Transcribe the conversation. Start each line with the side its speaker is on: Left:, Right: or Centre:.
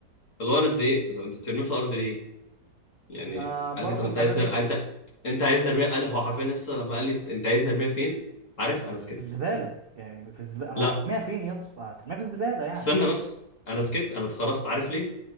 Left: فاللي هو انا اتضايقت طب انت بترميه في الارض ليه يعني
Right: ما برضو
Left: قال لي طب انت
Right: الحاجات
Left: عايز
Right: دي
Left: نر... انت انت عايز نرميه قال هو حرفيا لسه لما قال لي انت, انت عايز نرميه فين عارف
Right: الزب-
Left: انا سكت
Right: في الزباله يعني في الزباله انا
Left: لا
Right: هترميها فين يا اسطى هترميها في الزباله يعني
Left: استنى
Right: هت-
Left: بس انا سكت انا اتخرجت عارف ليه